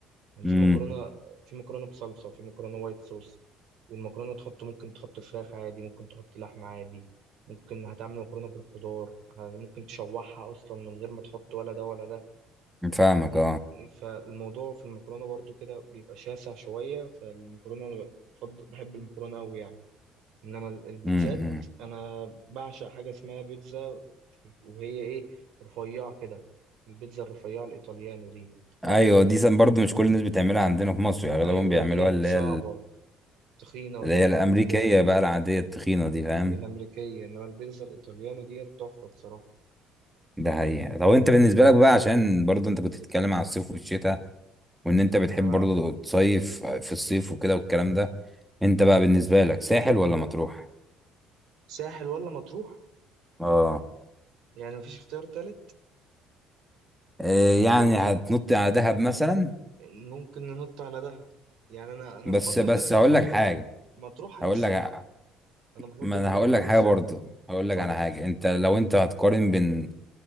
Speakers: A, on the right; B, in the centre.
A: يعني
B: امم
A: في مكرونه في مكرونه بصلصه وفي مكرونه وايت صوص والمكرونه تحط ممكن تحط فراخ عادي ممكن تحط لحمه عادي ممكن هتعمل مكرونه بالخضار ه- ممكن تشوحها اصلا من غير ما تحط ولا ده ولا ده
B: فاهمك
A: وممكن-
B: اه
A: فالموضوع في المكرونه برضو كده بيبقى شاسع شويه فالمكرونه انا بفضل- بحب المكرونه قوي يعني انما ال- البيتزات
B: امم
A: انا بعشق حاجه اسمها بيتزا وهي ايه رفيعه كده البيتزا الرفيعه الايطاليانو دي
B: ايوه دي سن- برضه مش كل الناس بتعملها عندنا في مصر يعني
A: ايوه
B: اغلبهم بيعملوها
A: ديت
B: اللي
A: صعبه
B: هي
A: تخينه وال-
B: اللي هي الامريكيه
A: اللي هي
B: بقى العاديه التخينه دي فاهم
A: الامريكيه انما البيتزا الايطاليانو ديت تحفه بصراحه
B: ده حقيقه طب انت بالنسبه لك بقى عشان برضه انت كنت بتتكلم على الصيف والشتاء وان انت بتحب
A: اه
B: برضه تصيف في الصيف وكده والكلام ده انت بقى بالنسبه لك ساحل ولا مطروح
A: ساحل ولا مطروح
B: اه
A: يعني مفيش اختيار تالت
B: إيه يعني هتنط على دهب مثلا
A: ممكن ننط على دهب يعني انا انا
B: بس
A: بفضل
B: بس
A: كده كده
B: هقول
A: مطروح
B: لك حاجه
A: مطروح عن
B: هقول
A: الساحل
B: لك ع-
A: انا بفضل
B: ما انا
A: مطروح
B: هقول
A: عن
B: لك
A: الساحل
B: حاجه برضه هقول
A: اتفضل
B: لك على حاجه انت لو انت هتقارن بين